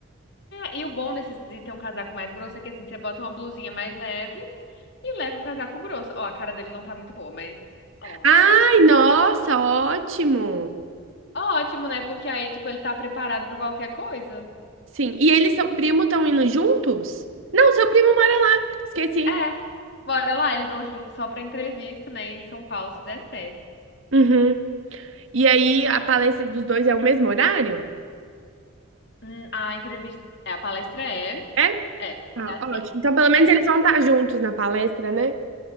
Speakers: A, on the left; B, on the right.
A: É, e o bom desse, de ter um casaco mais grosso é que assim, você bota uma blusinha mais leve e leva o casaco grosso. Ó, a cara dele não tá muito boa, mas, ó.
B: Ai, nossa, ótimo.
A: Ótimo, né? Porque aí, tipo, ele tá preparado pra qualquer coisa.
B: Sim. E ele e seu primo estão indo juntos? Não, seu primo mora lá. Esqueci.
A: É. Bora lá, eles vão juntos só pra entrevista, né? Em São Paulo, se der certo.
B: Uhum. E aí a palestra dos dois é o mesmo horário?
A: Hum, A entrevista, é, a palestra é,
B: É?
A: é,
B: Ah,
A: é assim.
B: ótimo. Então, pelo menos eles vão estar juntos na palestra, né?